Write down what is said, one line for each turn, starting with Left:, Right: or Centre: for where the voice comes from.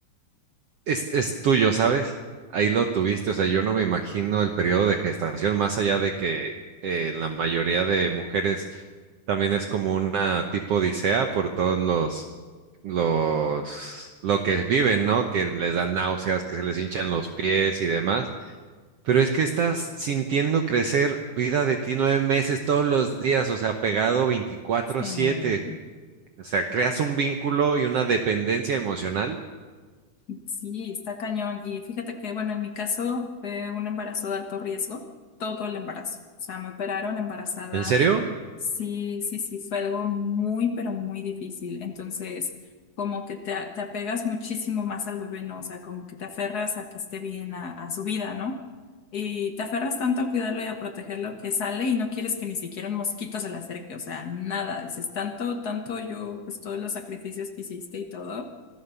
Right: es, es tuyo, ¿sabes? Ahí lo tuviste, o sea, yo no me imagino el periodo de gestación, más allá de que eh, la mayoría de mujeres también es como una tipo odisea por todos los, los, lo que viven, ¿no? Que les dan náuseas, que se les hinchan los pies y demás. Pero es que estás sintiendo crecer vida de ti nueve meses todos los días, o sea, pegado veinticuatro
Left: Sí.
Right: siete O sea, creas un vínculo y una dependencia emocional.
Left: Sí, está cañón. Y fíjate que, bueno, en mi caso fue un embarazo de alto riesgo, todo el embarazo. O sea, me operaron embarazada.
Right: ¿En serio?
Left: Sí, sí, sí, fue algo muy, pero muy difícil. Entonces, como que te, a- te apegas muchísimo más al bebé, ¿no? O sea, como que te aferras a que esté bien, a, a su vida, ¿no? Y te aferras tanto a cuidarlo y a protegerlo que sale y no quieres que ni siquiera un mosquito se le acerque. O sea, nada. Dices, tanto, tanto yo, pues todos los sacrificios que hiciste y todo